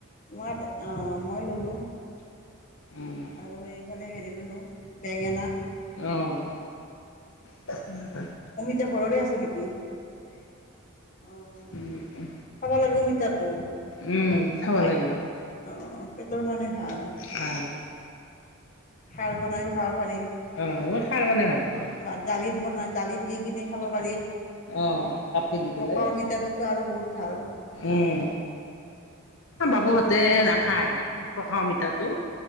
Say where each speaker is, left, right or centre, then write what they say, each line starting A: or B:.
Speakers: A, on the left (about 35°); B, on the left (about 70°).
A: মই অ মই ললো
B: উম
A: আৰু এই মানে হেৰি ললো বেঙেনা।
B: অহ <unintelligible>
A: এতিয়া ঘৰৰে আছে নেকি? আহ
B: উম
A: খাব লাগিব অমিতাটো।
B: উম খাব লাগে।
A: অঁ পেটৰ কাৰণে ভাল।
B: ভাল
A: খাৰ বনাইো খাব পাৰি।
B: অ মই খাৰ বনাই ভাল পাওঁ
A: বা দালিত বনাই দালিত দি কিনি খাব পাৰি।
B: অ কাটি দি পেলাই
A: পকা অমিতাটোতো আৰু বহুত ভাল।
B: উম
A: পকা
B: বাবুহঁতে
A: অমিতাটো খালেতো
B: নাখায়। পকা অমিতাটো